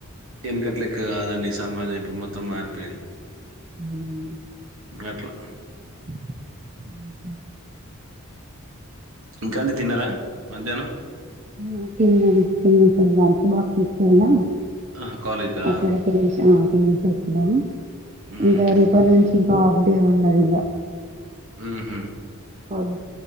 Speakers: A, on the right (about 70°); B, on the right (about 30°).
A: ఏనకటలేక్క కాదండి ఈ సమాజం ఇప్పుడు మొత్తం మారిపోయింది
B: అవునండి
A: గట్లా
B: ఉహ్మ్
A: ఇంకా అండి తిన్నార మధ్యాహ్నం
B: ఆ తిన్నాం <unintelligible> లంచ్ బాక్స్ తీసుకెళ్లిన
A: ఆహా కాలేజ్కా
B: అక్కడఅక్కడ <unintelligible> ఉమ్ చోచ్చినా
A: మ్మ్
B: ఇంకా రేపటి నుంచి ఇంకా హాఫ్ డే ఉన్నది ఇగ
A: ఉహ్మ్
B: అఫ్